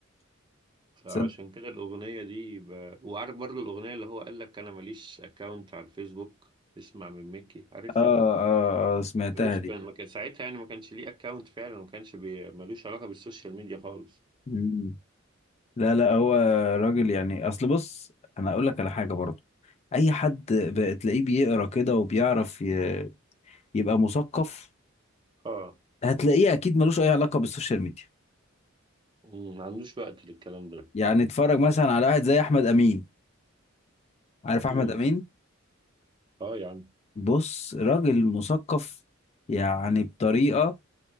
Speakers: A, on the right; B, on the left.
A: فعشان
B: صد...
A: كده الأغنية دي ب... وعارف برضو الأغنية اللي هو قال لك أنا ماليش أكاونت على الفيسبوك اسمع من ميكي عارفها
B: اه
A: دي
B: اه اه سمعتها
A: ملوش
B: دي
A: كان ما كان ساعتها يعني ما كانش ليه أكاونت فعلا وما كانش بي... ملوش علاقة بالسوشيال ميديا خالص
B: مم. لا لا هو راجل يعني اصل بص انا اقول لك على حاجه برضه اي حد بتلاقيه بيقرا كده وبيعرف ي- يبقى مثقف
A: اه
B: هتلاقيه اكيد ملوش اي علاقه بالسوشيال ميديا
A: مم، ما عندوش وقت للكلام ده
B: يعني اتفرج مثلا على واحد زي احمد امين عارف احمد
A: مم.
B: امين
A: اه يا عم
B: بص راجل مثقف يعني بطريقه